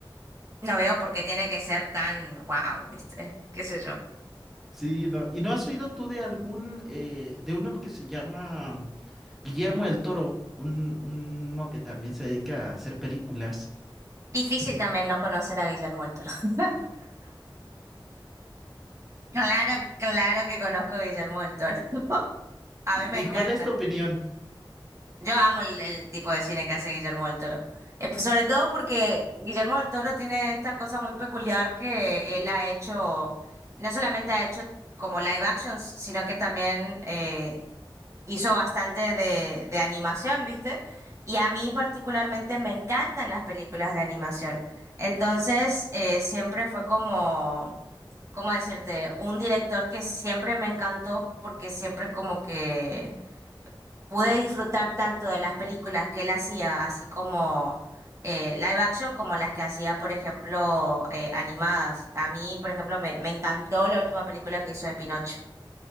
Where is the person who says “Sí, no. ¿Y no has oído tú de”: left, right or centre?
Centre